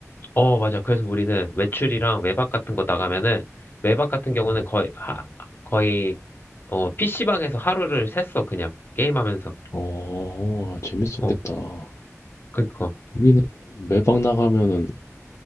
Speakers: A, on the left (about 40°); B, on the left (about 65°).
A: 어, 맞아. 그래서 우리는 외출이랑 외박 같은 거 나가면은, 외박 같은 경우는
B: 어,
A: 거의, 하, 거의, 어, PC방에서 하루를 샜어, 그냥. 게임하면서.
B: 어, 재밌었겠다.
A: 어, 그니까.
B: 우리는 외박 나가면은